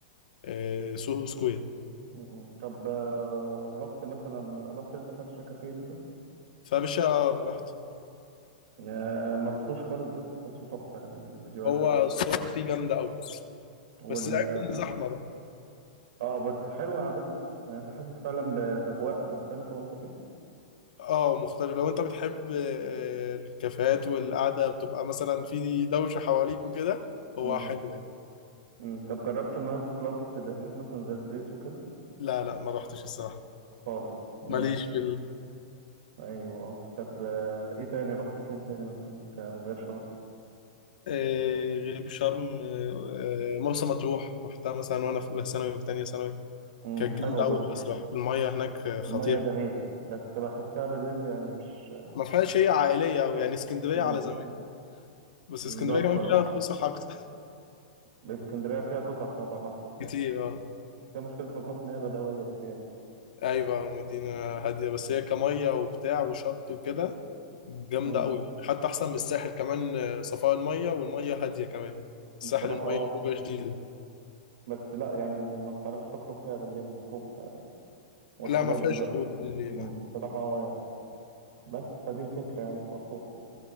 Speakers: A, on the left (about 80°); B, on the right (about 65°).
A: آه، سوهو سكوير
B: م- م. طب آه، رحت مثلا رحت انت فرشة كافيه مثلا
A: فباشا آه، رحت
B: آه، ما رحتوش خالص بس حاسه تحفة يعني من الفيديوهات
A: هو
B: وكده
A: الصور فيه جامدة أوي
B: وال
A: بس العيب إن زحمة بقى
B: اه بس حلو قعدته يعني انت حاسس فعلا بأجواء مختلفة وانت فيه
A: اه مختلف لو انت بتحب آه، الكافيهات والقعدة بتبقى مثلا في دوشة حواليك وكده هو
B: امم
A: حلو يعني.
B: امم طب جربت النايت كلابز اللي هناك مثلا زي سبيس وكده
A: لا لا ما رحتش الصراحة
B: خالص ماشي
A: ماليش في
B: ايوه طب آه، ايه تاني رحت فين تاني مثلا كغير شرم
A: آه، غير شرم آه، آه، مرسى مطروح رحتها مثلا وانا في اولى ثانوي وفي ثانيه ثانوي
B: امم
A: كانت
B: حلوة
A: جامده قوي
B: برضه
A: بقى صراحه الميه هناك آه، خطيره
B: المية جميلة بس بحسها بالليل يعني مش
A: ما فيهاش هي عائليه قوي يعني اسكندريه
B: مم.
A: على زمان بس
B: بالظبط
A: اسكندريه كمان
B: اه
A: فيها فسح اكتر
B: اسكندريه فيها فسح طبعا اكتر
A: <laughs>
B: يعني
A: كتير اه
B: فيها مشكله مطروح ان هي بدويه بزياده
A: ايوه مدينه هاديه بس هي كميه وبتاع وشط وكده جامده
B: امم
A: قوي حتى احسن من الساحل كمان آه، صفاء الميه والميه هاديه كمان الساحل
B: بصراحه
A: الميه
B: اه
A: بتبقى شديده
B: بس لا يعني ما بتعرفش تخرج فيها بالليل مطروح آه، والحاجات
A: لا ما فيهاش
B: دي بقى
A: خروج بالليل
B: مم،
A: لا.
B: بصراحه اه يعني بس فدي الفكره يعني في مطروح